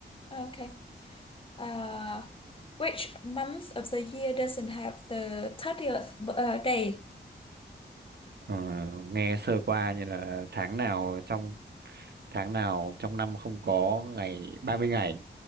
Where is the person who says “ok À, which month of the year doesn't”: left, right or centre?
Left